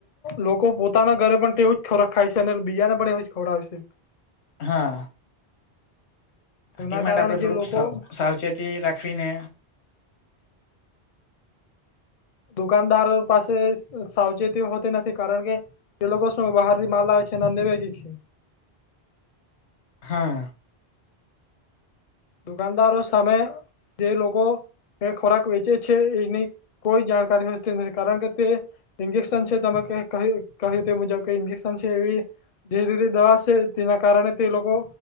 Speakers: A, on the left; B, on the left.
A: લોકો પોતાના ઘરે પણ તેવું જ ખોરાક ખાય છે અને બીજાને પણ એવું જ ખોડાવ છે.
B: હા.
A: એના
B: એ માટે
A: કારણે
B: આપડે થોડુંક
A: જે લોકો
B: સાવચેતી રાખવીને
A: દુકાનદારો પાસે સાવચેતી હોતી નથી કારણ કે તે લોકો સે બહારથી માલા આવે છે એ ના નેવે જ છે.
B: હા.
A: દુકાનદારો સામે જે લોકો ખોરાક વેચે છે એની કોઈ જાણકારી હોતી નથી. કારણ કે તે ઇન્જેક્શન છે તમે કે કહ્યું તે મુજબ કે ઇન્જેક્શન છે એ જે રીતની દવા છે તેના કારણે તે લોકો